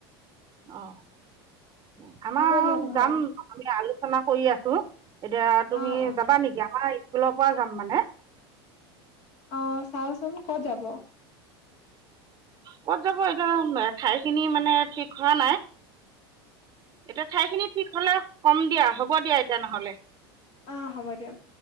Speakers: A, on the right; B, on the left.
A: অ', আমাৰ
B: হ'ব দিয়ক নহ'লে
A: যাম আমি আলোচনা কৰি আছোঁ। এতিয়া তুমি
B: অ', অ',
A: যাবা নেকি? আমাৰ স্কুলৰ পৰা যাম মানে।
B: অহ, চাওচোন। ক'ত যাব?
A: ক'ত যাব এইটো ঠাই খিনি মানে ঠিক হোৱা নাই। এতিয়া ঠাইখিনি ঠিক হলে কম দিয়া হ'ব দিয়া এতিয়া নহলে।
B: অ', হ'ব দিয়ক।